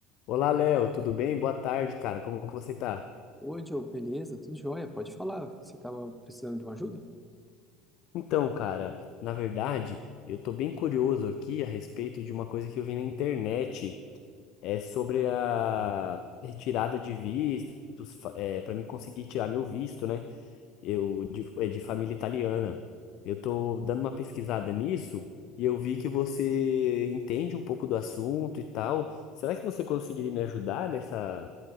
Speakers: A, on the left (about 50°); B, in the centre.
A: Olá, Léo, tudo bem? Boa tarde, cara. Como que você tá?
B: Oi, Diogo, beleza? Tudo jóia? Pode falar. Você estava precisando de uma ajuda?
A: Então, cara, na verdade, eu tô bem curioso aqui a respeito de uma coisa que eu vi na internet, é sobre a retirada de vistos, fa- é, para mim conseguir tirar meu visto, né? Eu de, é de família italiana. Eu tô dando uma pesquisada nisso e eu vi que você entende um pouco do assunto e tal. Será que você conseguiria me ajudar nessa